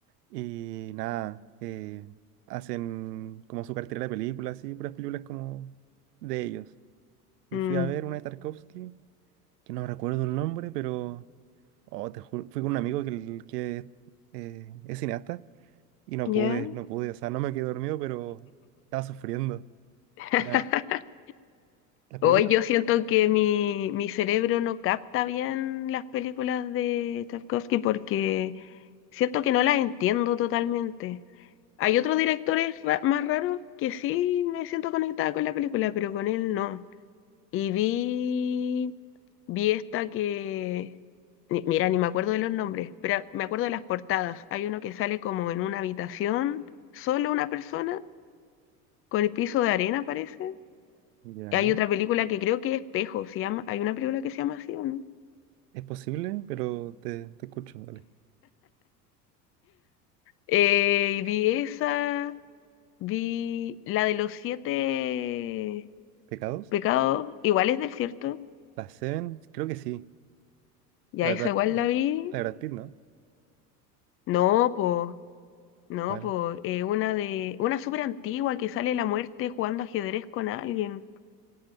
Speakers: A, on the right; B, on the left.
A: Y nada, eh, hacen como su cartera de películas, así, puras películas como de ellos. Y
B: mm,
A: fui a ver una de Tarkovsky, que no recuerdo el nombre, pero. Oh, te juro, fui con un amigo que, el- que eh, es cineasta y no
B: ya.
A: pude, no pude. O sea, no me quedé dormido, pero estaba sufriendo.
B: <laughs>
A: Era la película.
B: Hoy yo siento que mi, mi cerebro no capta bien las películas de Tarkovsky porque siento que no las entiendo totalmente. Hay otros directores ra- más raros que sí me siento conectada con la película, pero con él no. Y vi, vi esta que, ni- mira, ni me acuerdo de los nombres, pero me acuerdo de las portadas. Hay uno que sale como en una habitación, solo una persona, con el piso de arena parece.
A: Ya.
B: Hay otra película que creo que Espejo se llama, hay una película que se llama así, ¿o no?
A: Es posible, pero te, te escucho, dale.
B: Eh, y vi esa, vi la de los siete
A: ¿Pecados?
B: pecados, igual es del cierto,
A: La Seven, creo que sí.
B: ya
A: La
B: esa
A: de Brad,
B: igual
A: la,
B: la
A: la
B: vi.
A: de Brad Pitt, ¿no?
B: No, pues. No,
A: ¿Cuál?
B: pues eh, una de una súper antigua que sale la muerte jugando ajedrez con alguien